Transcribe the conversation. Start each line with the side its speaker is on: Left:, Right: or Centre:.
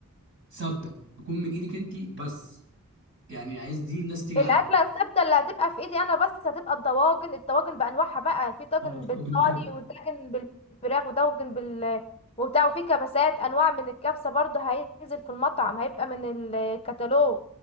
Right: ثابتة تكون من ايدك انت بس يعني عايز دي الناس تيجي
Left: الاكله
Right: عليها
Left: الثابته اللي هتبقى في ايدي انا بس هتبقى الطواجن الطواجن بانواعها بقى في طاجن
Right: اه الطاجن
Left: بالضاني
Right: بتاعك
Left: وطاجن بالفراخ وطاجن بال وبتاع وفي كبسات انواع من الكبسه برضه هينزل في المطعم هيبقى من الكتالوج